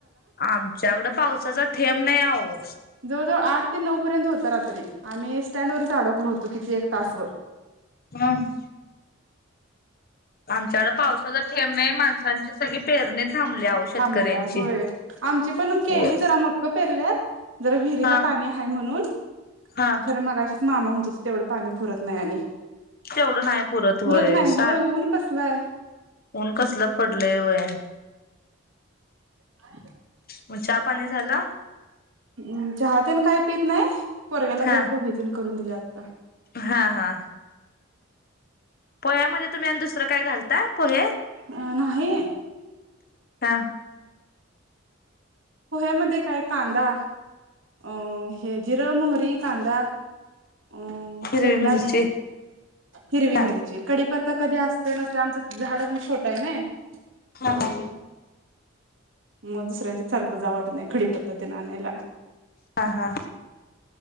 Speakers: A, on the left (about 45°); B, on the right (about 70°).
A: आमच्याकडं पावसाचा थेंब नाही आहो
B: जवळजवळ आठ ते नऊ पर्यंत होत रात्री आम्ही स्टँड वरच अडखलो होतो किती एक तासवर
A: हम आमच्याकड पावसाच ठेम नाही माणसांची सगळी पेरणी थांबली आहो शेतकऱ्यांची
B: थांबल्या होय, आमची पण केली
A: होय
B: जरा मक्क पेरल्यात जरा विहिरीला
A: हा
B: पाणी आहे म्हणून
A: हा
B: खर मग अशत मामा म्हणत तेवढं पाणी फुरत नाही आणि
A: तेवढं नाही पुरत
B: फरत नाही
A: सार
B: होय ऊन कसलंय
A: ऊन कसल पडलंय वय
B: ह
A: मग चहा पाणी झालं?
B: म चाहतेन काही पत नाही पोरग्याला
A: हा
B: जरा पुढे ते करून दिले आता
A: हा हा पोह्यामध्ये तुम्ही आणि दुसरं काय घालता पोहे
B: अ नाही
A: हा
B: पोह्यामध्ये काय कांदा अ हे जिर मोहरी तठी कांदा अ
A: हिरवी
B: शेंगदाणे
A: मिरची
B: हिरवी
A: हा
B: मिरची कडीपता कधी असते नसते आमच झाड पण छोटं आहे ना
A: हा हा
B: मग दुसऱ्यांच्या सारखं जावट नाही खडी पद्धतीनेयला
A: हा हा